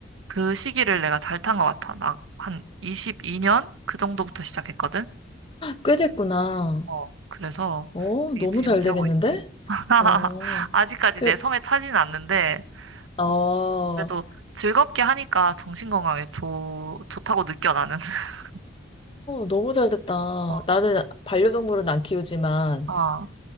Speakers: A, on the right; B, on the left.
A: 그 시기를 내가 잘 탄 것 같아. 나 한 22년? 그 정도부터 시작했거든?
B: 꽤 됐구나.
A: 어, 그래서
B: 어,
A: 되게
B: 너무
A: 재밌게
B: 잘 되겠는데?
A: 하고 있어. <laughs>
B: 어,
A: 아직까지
B: 그,
A: 내 성에 차지는 않는데,
B: 어, 어,
A: 어, 그래도 즐겁게 하니까 정신건강에 좋, 좋다고 느껴, 나는. <laughs>
B: 너무 잘 됐다.
A: 어,
B: 나는 반려동물은 안 키우지만
A: 어.